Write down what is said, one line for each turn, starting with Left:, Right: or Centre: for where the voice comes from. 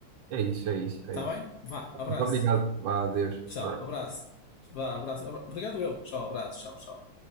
Right: é isso, é isso,
Left: Está
Right: é isso.
Left: bem? Vá, abraço.
Right: Muito obrigado. Vá, adeus.
Left: Tchau,
Right: Vá.
Left: abraço. Vá, abraço. Abra- Obrigado eu. Tchau, abraço. Tchau, tchau.